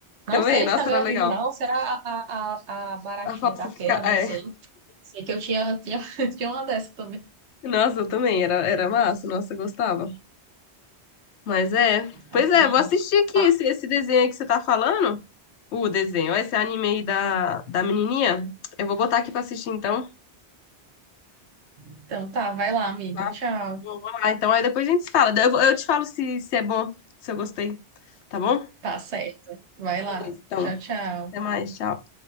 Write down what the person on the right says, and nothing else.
Não
sei
se também
é
original ou será a, a, a a baratinha
da feira, não
sei. Sei que eu tinha, tinha, <laughs> tinha uma dessa também.
Mas,
menina.
Ah,
então tá, vai lá, amiga.
Tchau.
Tá certo. Vai lá.
Tchau, tchau.